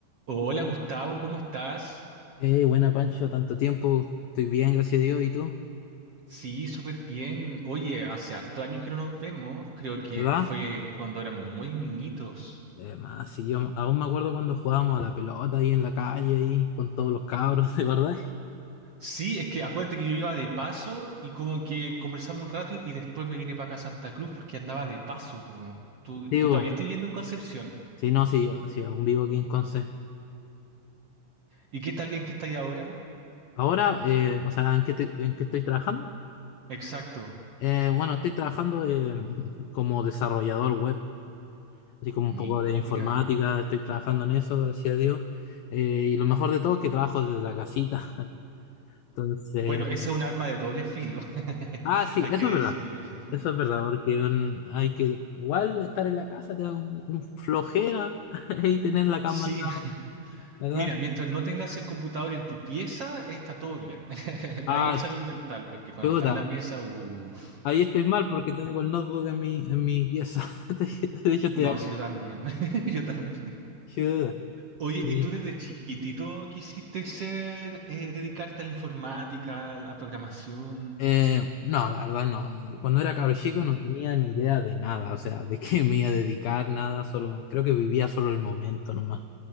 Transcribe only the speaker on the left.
Eh, buena Pancho, tanto tiempo, estoy bien, gracias a Dios, ¿y tú?
¿Verdad?
Además, sí, yo aún me acuerdo cuando jugábamos a la pelota ahí en la calle, ahí con todos los cabros, <laughs> de verdad.
Sí,
bo.
sí, no, sí, yo- sí, aún vivo aquí en Conce.
Ahora, eh, o sea, ¿en qué, te- en qué estoy trabajando?
Eh, bueno, estoy trabajando eh, <laughs> como desarrollador web, así como un
poco de informática, estoy trabajando en eso, gracias a Dios. Eh, y lo mejor de todo es que trabajo desde la casita, <laughs> entonces...
Ah, sí,
eso
es verdad.
Eso es verdad, porque mm, hay que igual estar en la casa, te da un, un flojera <laughs> y tener la cama
al lado,
¿verdad?
Ah,
sí,
chuta.
Ahí estoy mal porque tengo el notebook en mi, en mi pieza. <laughs> De hecho, estoy
aquí.
Chuta,
sí.
Eh, no, la verdad no. Cuando era cabro chico
no tenía ni idea de nada, o sea, de qué me iba a dedicar, nada, solo, creo que vivía solo el momento nomás.